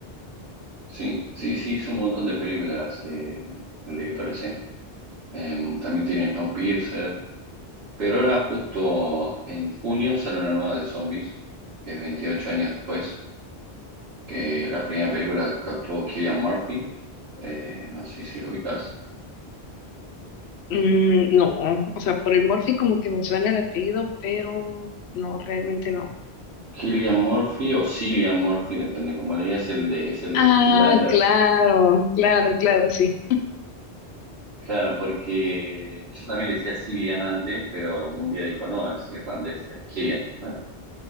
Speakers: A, on the right; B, on the left.
A: Sí, sí, sí, hizo un montón de películas eh, el director ese. Eh, también tiene Snowpiercer, pero ahora justo en junio sale una nueva de zombies, que es 28 años después. que la primera película que actuó Cillian Murphy, eh, no sé si lo ubicas.
B: Mm, no, o sea, por el Morphy como que me suena el apellido, pero no, realmente no.
A: Cillian Murphy o Cillian Murphy, depende cómo le digas, es el de, es el de
B: Ah,
A: Peaky Blinders.
B: claro, claro, claro, sí.
A: Claro, porque yo también le decía Cillian antes, pero un día dijo, no, es irlandés, es Cillian. Bueno,